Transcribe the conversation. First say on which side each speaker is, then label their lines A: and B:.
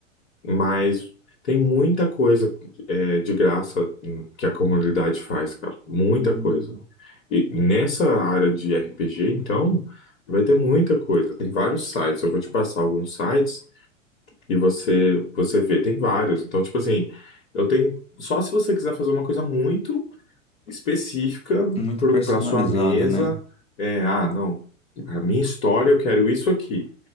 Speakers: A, on the left (about 65°); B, on the left (about 15°).
A: Mas tem muita coisa é, de graça hum, que a comunidade faz, cara. Muita
B: Hum,
A: coisa. E nessa área de RPG, então, vai ter muita coisa. Tem vários sites. Eu vou te passar alguns sites e você você vê, tem vários. Então, tipo assim, eu tenho só se você quiser fazer uma coisa muito específica
B: muito personalizada,
A: para sua mesa,
B: né?
A: é, ah, não, a minha história eu quero isso aqui.